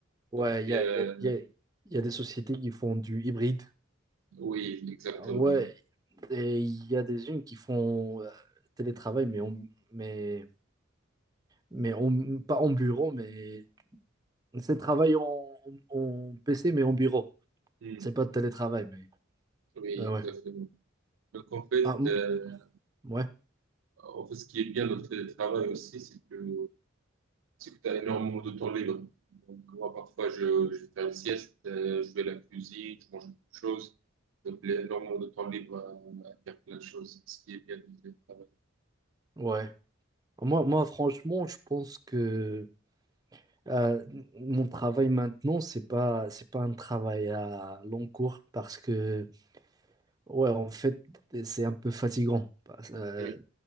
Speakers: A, on the right; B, on the right.
A: Ouais,
B: Donc,
A: il
B: euh,
A: y a, y a, y a y a des sociétés qui font du hybride.
B: oui, exactement.
A: Ouais, Et il y a des unes qui font euh, télétravail, mais, on, mais, mais on, pas en bureau, mais c'est travail en, en- en PC, mais en bureau.
B: Mhm.
A: C'est pas de télétravail, mais
B: Oui,
A: euh, ouais.
B: exactement. Donc, en fait,
A: Ah, m-
B: euh,
A: ouais,
B: En fait, ce qui est bien dans le télétravail aussi, c'est que c'est que tu as énormément de temps libre. Donc, moi, parfois, je, je vais faire une sieste, euh, je vais à la cuisine, je mange quelque chose. Donc, il y a énormément de temps libre à, à faire plein de choses, ce qui est bien dans le télétravail.
A: ouais. Moi, moi, franchement, je pense que euh, mon travail maintenant, c'est pas, c'est pas un travail à long cours parce que Ouais, en fait, c'est un peu fatigant. Parce- euh,
B: Mm.